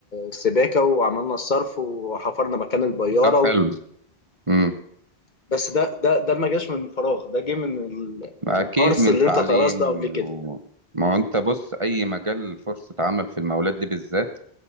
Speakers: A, on the left; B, on the right.
A: السباكه وعملنا الصرف وحفرنا مكان البياره
B: ده حلو
A: و...
B: امم
A: بس ده ده ده ما جاش من فراغ ده جه من ال... من
B: اكيد
A: القرص
B: من
A: اللي
B: تعليم
A: انت درسته قبل كده
B: و... ما هو انت بص اي مجال فرصة عمل في المولات دي بالذات